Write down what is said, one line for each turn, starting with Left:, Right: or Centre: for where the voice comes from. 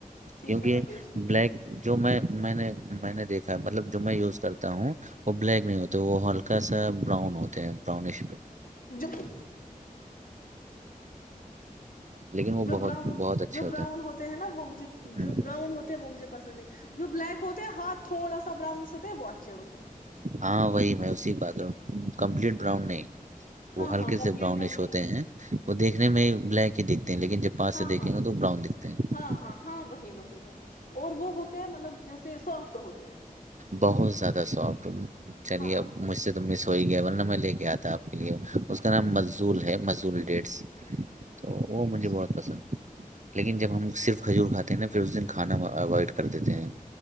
Left: ٹھیک
Right: کیونکہ
Left: ہے میں بھیجتی
Right: بلیک جو میں میں نے میں نے دیکھا مطلب جو میں یوز کرتا ہوں وہ بلیک نہیں ہوتے وہ ہلکا سا براؤن ہوتے ہیں براؤنش پہ
Left: ہوں جو
Right: لیکن وہ
Left: جو
Right: بہت
Left: براؤن
Right: بہت اچھے
Left: جو براؤن ہوتے ہیں نا وہ مجھے
Right: ہوں،
Left: جو براؤن ہوتے ہیں وہ مجھے پسند نہیں جو بلیک ہوتے ہیں ہاتھ تھوڑا سا براؤنش ہوتے ہے وہ اچھے ہوتے ہیں
Right: ہاں وہی میں اسی کی بات کر کمپلیٹ براؤن نہیں
Left: ہاں
Right: وہ ہلکے
Left: ہاں کمپلیٹ
Right: سے براؤنش
Left: براؤن
Right: ہوتے
Left: نہیں
Right: ہیں وہ دیکھنے
Left: ہاں
Right: میں بلیک کت <unintelligible> لیکن جب پس
Left: ہاں
Right: سے دیکھے
Left: ہاں
Right: ہو تو براؤن دکھتے ہیں
Left: ہاں ہاں ہاں وہی وہی اور وہ ہوتے ہیں مطلب جیسے سافٹ ہوتے ہیں
Right: بہت زیادہ سافٹ چلیے
Left: ہاں
Right: اب مجھ سے تو مس ہو ہی گیا ورنہ میں لے کے آتا اپ کے لیے اس کا نام مززول ہے مزول ڈیٹس تو وہ
Left: اچھا
Right: مجھے بہت پسند لیکن جب ہم صرف کھجور کھاتے ہیں نا پھر اس دن کھانا اوائڈ کر دیتے ہیں